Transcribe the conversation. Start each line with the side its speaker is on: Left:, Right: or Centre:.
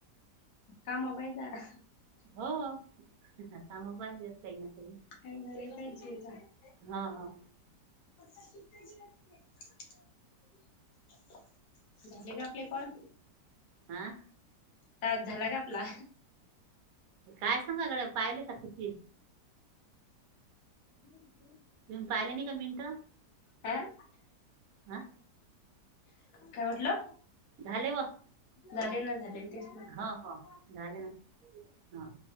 Left: कामा पायदा <unintelligible>
Right: हो कामा पाहिजे, काही ना काही
Left: काही ना रे पायच आहेेत <unintelligible>
Right: हा, हा
Left: तिते <unintelligible> झाले का आपले कॉल?
Right: आह.
Left: तास झाला का आपला?
Right: काय सांगा गड पाहिले का तिती
Left: हम्
Right: तुम् पाहिलं नाही का मिनटं
Left: आह
Right: हा
Left: काय म्हटलं
Right: झाले व
Left: झाले ना झाले तेच म्हटलं
Right: हा हो झाले ना हा